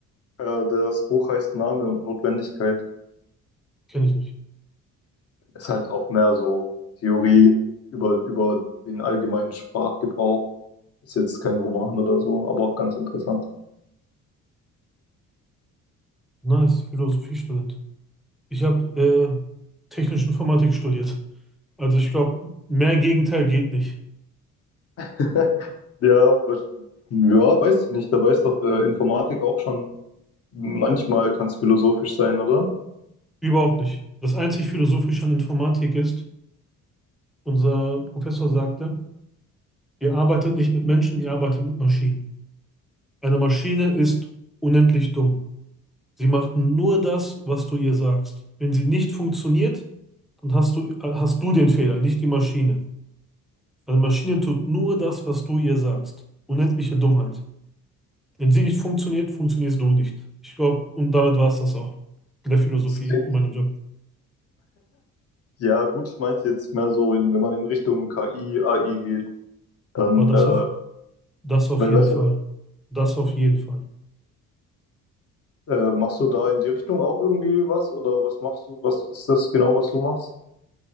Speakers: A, on the left (about 45°); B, in the centre.
A: Äh, das Buch heißt Name und Notwendigkeit.
B: Kenne ich nicht.
A: Ist halt auch mehr so Theorie über, über den allgemeinen Sprachgebrauch. Ist jetzt kein Roman oder so, aber ganz interessant.
B: Nice, Philosophiestudent. Ich habe äh, technische Informatik studiert. Also ich glaube, mehr Gegenteil geht nicht.
A: <laughs> Ja, was- ja, weiß ich nicht. Da weiß doch äh, Informatik auch schon, manchmal kann es philosophisch sein, oder?
B: Überhaupt nicht. Das einzig Philosophische an Informatik ist, unser Professor sagte, ihr arbeitet nicht mit Menschen, ihr arbeitet mit Maschinen. Eine Maschine ist unendlich dumm. Sie macht nur das, was du ihr sagst. Wenn sie nicht funktioniert, dann hast du, hast du den Fehler, nicht die Maschine. Also die Maschine tut nur das, was du ihr sagst. Unendliche Dummheit. Wenn sie nicht funktioniert, funktionierst du nicht. Ich glaube, und damit war es das auch. In der Philosophie,
A: Das klingt,
B: in meinem Job.
A: ja, gut, ich meinte jetzt mehr so, in, wenn man in Richtung KI, AI geht, dann,
B: Aber das
A: äh,
B: auf, das auf
A: weil,
B: jeden
A: weißt
B: Fall.
A: du,
B: Das auf jeden Fall.
A: Äh, machst du da in die Richtung auch irgendwie was? Oder was machst du? Was ist das genau, was du machst?